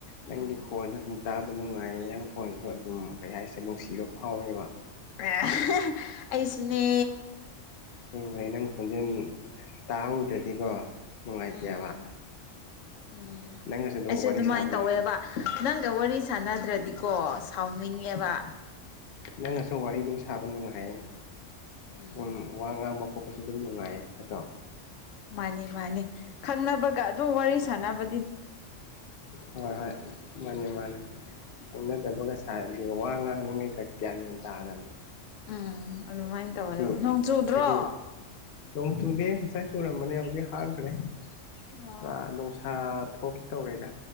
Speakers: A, on the left; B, on the left.
A: ꯅꯪꯒꯤ
B: ꯎꯝ
A: ꯈꯣꯟꯁꯨ ꯑꯗꯨꯝ ꯇꯥꯕ ꯅꯨꯡꯉꯥꯏ ꯅꯪꯈꯣꯟꯁꯨ ꯑꯗꯨꯝ ꯀꯩ ꯍꯥꯏꯁꯦ ꯅꯨꯡꯁꯤꯕ ꯐꯥꯎꯋꯦꯕ꯫
B: ꯑ ꯑꯩꯁꯨꯅꯦ
A: ꯑꯁꯦꯡꯕꯩ ꯅꯪ ꯈꯣꯟꯖꯦꯟ ꯇꯥꯍꯧꯗ꯭ꯔꯗꯤꯀꯣ ꯅꯨꯡꯉꯥꯏꯇꯦꯕ
B: ꯎꯝ ꯎꯝ
A: ꯅꯪꯒꯁꯨ ꯑꯗꯨꯝ
B: ꯑꯩꯁꯨ
A: ꯋꯥꯔꯤ
B: ꯑꯗꯨꯃꯥꯏꯟ
A: ꯁꯥꯕꯅ
B: ꯇꯧꯋꯦꯕ꯫ ꯅꯪꯒ ꯋꯥꯔꯤ ꯁꯥꯟꯅꯗ꯭ꯔꯗꯤꯀꯣ ꯁꯥꯎꯅꯤꯡꯉꯦꯕ꯫
A: ꯅꯪꯉꯁꯨ ꯋꯥꯔꯤ ꯗꯨꯝ ꯁꯥꯕ ꯅꯨꯡꯉꯥꯏ
B: ꯎꯝ
A: ꯗꯨꯝ ꯋꯥ ꯉꯥꯡꯕ ꯈꯣꯠꯄꯁꯨ ꯑꯗꯨꯝ ꯅꯨꯡꯉꯥꯏꯌꯦ ꯅꯠꯗ꯭ꯔꯣ꯫
B: ꯃꯥꯅꯤ ꯃꯥꯅꯤ ꯈꯪꯅꯕꯒ ꯑꯗꯨꯝ ꯋꯥꯔꯤ ꯁꯥꯟꯅꯕ
A: ꯍꯣꯏ ꯍꯣꯏ ꯃꯥꯅꯦ ꯃꯥꯅꯦ
B: ꯎꯝ
A: ꯍꯩꯅ ꯇꯕꯒ ꯁꯥꯔꯗꯤ ꯋꯥ ꯉꯥꯡꯅꯤꯡꯉꯩ ꯀ ꯒꯌ꯭ꯥꯟ ꯃꯦꯟ ꯇꯥꯗꯝꯅꯤ꯫
B: ꯎꯝ ꯑꯗꯨꯃꯥꯏ꫰ꯇꯧꯋꯦ
A: ꯑꯩꯈꯣꯏꯒꯤ
B: ꯅꯣꯡ ꯆꯨꯗ꯭ꯔꯣ꯫
A: ꯅꯣꯡ ꯆꯨꯗꯦ ꯉꯁꯥꯏ ꯆꯨꯔꯝꯕꯅꯦ ꯍꯧꯖꯤꯛ ꯍꯥꯡꯈ꯭ꯔꯦ
B: ꯑꯣ
A: ꯄꯨꯔꯥ ꯅꯣ ꯁꯥꯥ ꯊꯣꯛꯀꯦ ꯇꯧꯔꯦꯗ꯫